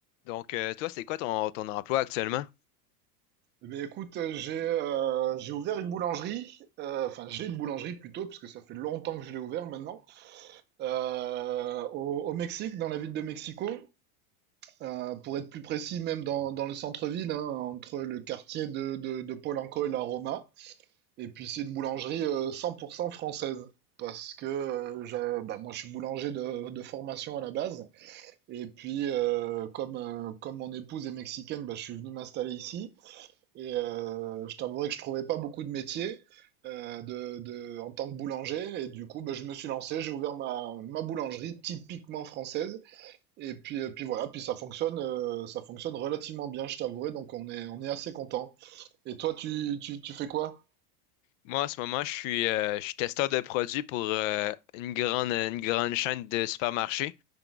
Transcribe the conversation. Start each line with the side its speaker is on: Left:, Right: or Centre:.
Left: Donc, euh, toi, c'est quoi ton, ton emploi actuellement?
Right: Eh bien, écoute, euh, j'ai euh, j'ai ouvert une boulangerie, euh, enfin j'ai une boulangerie plutôt, parce que ça fait longtemps que je l'ai ouvert maintenant, euh, au, au Mexique, dans la ville de Mexico, Euh, pour être plus précis, même dans, dans le centre-ville, hein, entre le quartier de, de, de Polanco et la Roma. Et puis c'est une boulangerie euh, 100% française, parce que euh, j'a- bah, moi je suis boulanger de, de formation à la base, et puis euh, comme, euh, comme mon épouse est mexicaine, bah, je suis venu m'installer ici. Et euh, je t'avouerai que je trouvais pas beaucoup de métiers euh, de, de, en tant que boulanger. Et du coup, ben, je me suis lancé, j'ai ouvert ma, ma boulangerie typiquement française. Et puis, euh, puis voilà, puis ça fonctionne, euh, ça fonctionne relativement bien, je t'avouerai. Donc on est, on est assez content. Et toi, tu, tu, tu fais quoi?
Left: Moi, en ce moment, je suis, euh, je suis testeur de produits pour euh, une grande, une grande chaîne de supermarchés.